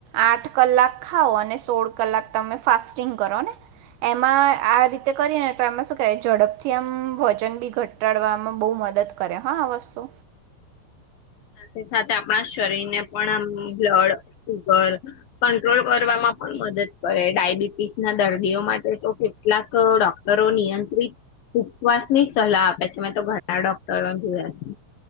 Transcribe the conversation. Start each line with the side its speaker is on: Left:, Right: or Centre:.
Right: આઠ કલાક ખાઓ અને સોળ કલાક તમે ફાસ્ટિંગ કરો ને એમાં આ રીતે કરીએ ને તો એમાં શું કે ઝડપથી આમ વજન બી ઘટાડવામાં બહ મ મદદ કરે હા વસ્ુ
Left: સાથે સાથે આપણા શરીર ને પણ બ્લડ સુુગર કંટ્રોલ કરવામાં પણ મદદ કરે ડાયાબિટીસ ના દર્દીઓ માટે તો કેટલાક ડોક્ટરો નિયંત્રિત ઉપવાસ ની સલાહ આપે છે મેં તો ઘણા ડોક્ટરો જોયા છે